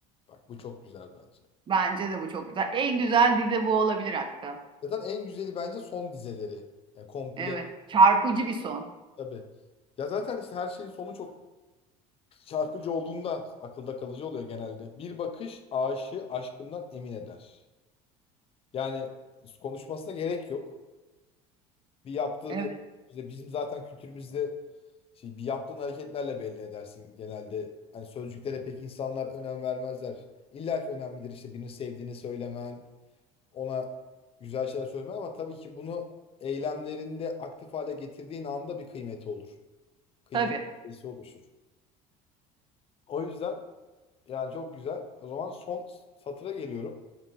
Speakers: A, on the left; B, on the right.
A: Bak bu çok güzel bence.
B: Bence de bu çok güzel. En güzel dizi bu olabilir hatta.
A: Zaten en güzeli bence son dizeleri. Yani komple
B: Evet. Çarpıcı bir son.
A: tabii. Ya zaten işte her şeyin sonu çok çarpıcı olduğunda akılda kalıcı oluyor genelde. Bir bakış aşığı aşkından emin eder. Yani konuşmasına gerek yok. Bir yaptığı
B: Evet.
A: bir işte bizim zaten kültürümüzde şey bir yaptığın hareketlerle belli edersin genelde. Hani sözcüklere pek insanlar önem vermezler. İlla ki önemlidir işte birini sevdiğini söylemen, ona güzel şeyler söylemen ama tabii ki bunu eylemlerinde aktif hale getirdiğin anda bir kıymeti olur. Kıymetli
B: Tabii.
A: birisi oluşur. O yüzden yani çok güzel. O zaman son satıra geliyorum.